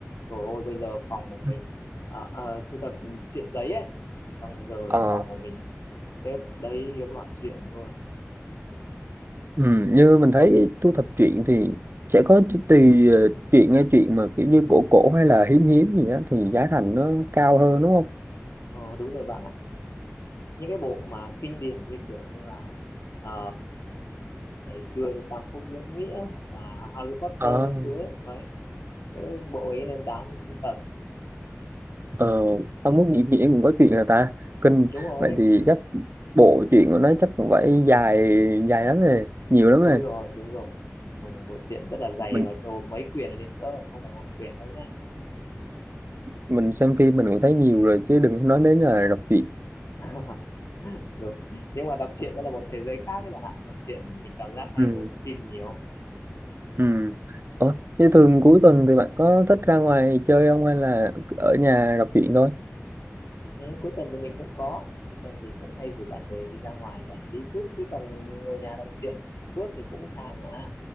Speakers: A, on the left (about 65°); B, on the right (about 45°).
A: rồi ôi bây giờ phòng của mình
B: Ừ.
A: à, à, thu thập truyện giấy ấy xong giờ
B: Ờ,
A: phòng của mình xếp đầy các loại truyện luôn
B: ừ, như mình thấy thu thập truyện thì sẽ có ch- tùy ờ, truyện nghe truyện mà kiểu như cổ cổ hay là hiếm hiếm gì á thì giá thành nó cao hơn đúng
A: ờ, đúng rồi bạn ạ những cái bộ mà kinh điển như kiểu như là ờ, ngày xưa như Tam Quốc Diễn Nghĩa hoặc là Harry Potter
B: không?
A: các thứ ấy. Đấy cái bộ ấy nên đáng để sưu tập
B: Ờ, tao muốn nghĩ nghĩa cũng có chuyện là ta kinh
A: đúng rồi
B: vậy thì chắc bộ chuyện của nó chắc cũng phải dài dài lắm rồi nhiều lắm
A: đúng
B: rồi
A: rồi đúng rồi ừ, bộ truyện rất là dày
B: mình
A: mà gồm mấy quyển liền cơ không phải một quyển đâu nhá
B: mình xem phim mình cũng thấy nhiều rồi chứ đừng có nói đến là đọc truyện
A: <laughs> đúng nhưng mà đọc truyện đó là một thế giới khác đấy bạn ạ đọc truyện mình cảm giác hay
B: ừ
A: hơn xem phim nhiều
B: ừ Ủa, thế thường cuối tuần thì bạn có thích ra ngoài chơi không hay là ở nhà đọc truyện thôi
A: ừ, cuối tuần thì mình cũng có cuối tuần thì cũng hay rủ bạn bè đi ra ngoài giải trí chút chứ còn ngồi nhà đọc truyện suốt thì cũng chán mà